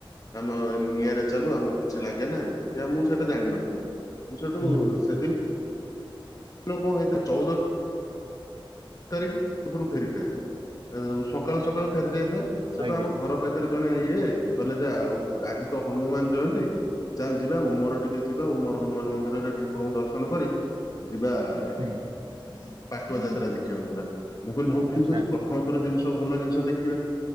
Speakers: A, on the left; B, on the right.
A: ଆମ ନିଆରେ ଚାଲୁ ଆମକୁ କିଛି ଲାଗେ ନା ମୁଁ ସେଠା ଜାଣିିନଥିଲି ମୁଁ ସେଠୁ
B: ହୁଁ ହୁଁ
A: ସେଦିନ କ ହେଇତ ଚଉଦ ତିଖ ପରୁ ଫେରିଥାଏ ସକାଳୁ ସକାଳୁ ଫେରି ଯାଇଥାଏ ସେଟା
B: ଆଜ୍ଞା
A: ଆମ ଘର ପାଖରେ ଜଣେ ଇଏ କହିଲେ ଯେ ଆଉ ଆଜି ତ ହନୁମାନ ଜୟନ୍ତୀ। ଚାଲ ଯିବା ଓ ମୋର ଟିକେ ଯିବା ଓ ମୋର ହନୁମାନ ମନ୍ଦିରରେ ଠାକୁରଙ୍କୁ ଦର୍ଶନ କରି ଯିବା ଏଠିକି
B: ହୁଁ
A: ପାଟୁଆ ଯାତ୍ରା ଦେଖିବାକୁ ଯିବା ମୁଁ କହିଲି ହଉ
B: ଆଚ୍ଛା
A: ଠିକ ଅଛି। ଥମ ଥର ଜିନିଷ ଭଲ ଜିନିଷ ଦେଖିବା